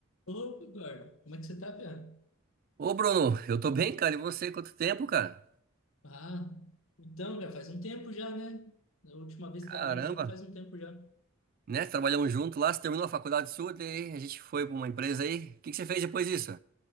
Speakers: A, on the left; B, on the right.
A: Opa, Eduardo, como é que você tá, Piá?
B: Ô, Bruno, eu tô bem, cara. E você? Quanto tempo, cara?
A: Ah, então, cara, faz um tempo já, né? Da última vez
B: Caramba,
A: que trabalhamos junto faz um tempo já.
B: né? Trabalhamos junto lá, você terminou a faculdade sua, daí a gente foi pra uma empresa aí. O que que você fez depois disso?